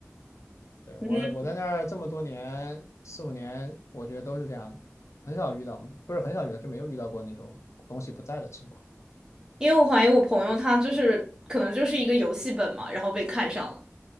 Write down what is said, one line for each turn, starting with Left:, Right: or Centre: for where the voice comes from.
Left: 对，
Right: 嗯，
Left: 我我在那儿这么多年，四五年，我觉得都是这样的，很少遇到，不是很少遇到，就没有遇到过那种东西不在的情况。
Right: 因为我怀疑我朋友他就是可能就是一个游戏本嘛，然后被看上了。